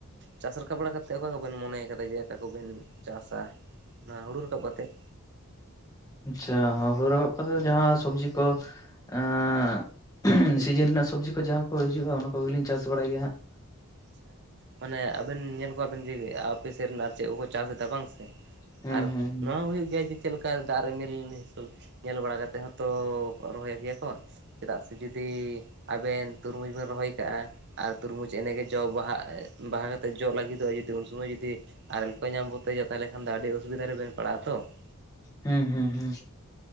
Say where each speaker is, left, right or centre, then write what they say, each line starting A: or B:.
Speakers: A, on the right (about 50°); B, on the left (about 15°).
A: ᱪᱟᱥ ᱨᱟᱠᱟᱵ ᱵᱟᱲᱟ ᱠᱟᱛᱮ ᱚᱠᱟ ᱠᱚᱵᱮᱱ ᱢᱚᱱᱮᱭ ᱟᱠᱟᱫᱟ ᱡᱮ ᱚᱠᱟ ᱠᱚᱵᱮᱱ ᱪᱟᱥᱟ ᱚᱱᱟ ᱦᱳᱲᱳ ᱨᱟᱠᱟᱵ ᱠᱟᱛᱮᱫ?
B: ᱪᱷᱟ ᱦᱳᱲᱳ ᱨᱟᱠᱟᱵ ᱠᱟᱛᱮᱫ ᱡᱟᱦᱟᱸ ᱥᱚᱵᱡᱤ ᱠᱚ ᱮᱸ ᱥᱤᱡᱤᱱ ᱨᱮᱱᱟᱜ ᱥᱚᱵᱽᱡᱤ ᱠᱚ ᱡᱟᱦᱟᱸ ᱠᱚ ᱦᱤᱡᱩᱜᱼᱟ ᱚᱱᱟ ᱠᱚᱜᱮᱞᱤᱧ ᱪᱟᱥ ᱵᱟᱲᱟᱭ ᱜᱮᱭᱟ ᱦᱟᱸᱜ᱾
A: ᱟᱪᱪᱷᱟ, ᱢᱟᱱᱮ ᱟᱵᱮᱱ ᱧᱮᱞ ᱠᱚᱣᱟᱵᱮᱱ ᱡᱮ ᱟᱯᱮ ᱥᱮᱫ ᱨᱮᱱ ᱟᱨ ᱪᱮᱫ ᱠᱚᱠᱚ ᱪᱟᱥ ᱮᱫᱟ ᱵᱟᱝ ᱥᱮ?
B: ᱦᱩᱸ
A: ᱟᱨ
B: ᱦᱩᱸ
A: ᱱᱚᱣᱟ ᱦᱳᱭᱳᱜ ᱜᱮᱭᱟ ᱡᱮ ᱪᱮᱫ ᱞᱮᱠᱟ ᱫᱟᱜ ᱨᱤᱢᱤᱞ ᱦᱤᱥᱟᱹᱵ ᱧᱮᱞ ᱵᱟᱲᱟ ᱠᱟᱛᱮ ᱦᱚᱸᱛᱚ ᱨᱚᱦᱚᱭ ᱜᱮᱭᱟ ᱠᱚ ᱪᱮᱫᱟᱜᱥ ᱡᱩᱫᱤ ᱟᱵᱮᱱ ᱛᱩᱨᱢᱩᱡᱽ ᱵᱮᱱ ᱨᱚᱦᱚᱭ ᱠᱟᱜᱼᱟ ᱟᱨ ᱛᱩᱨᱢᱩᱡᱽ ᱮᱱᱮ ᱜᱮ ᱡᱚ ᱵᱟᱦᱟ ᱵᱟᱦᱟ ᱠᱟᱛᱮ ᱡᱚ ᱞᱟᱹᱜᱤᱫᱚᱜᱼᱟ ᱡᱩᱫᱤ ᱩᱱ ᱥᱚᱢᱚᱭ ᱡᱩᱫᱤ ᱟᱨᱮᱞᱠᱚᱭ ᱧᱟᱢ ᱵᱚᱛᱮᱡᱟ ᱛᱟᱦᱚᱞᱮ ᱠᱷᱟᱱ ᱫᱚ ᱟᱹᱰᱤ ᱚᱥᱩᱵᱤᱫᱟ ᱨᱮ ᱵᱮᱱ ᱯᱟᱲᱟᱜᱼᱟ ᱛᱚ ᱾
B: ᱦᱩᱸ ᱦᱩᱸ ᱦᱩᱸ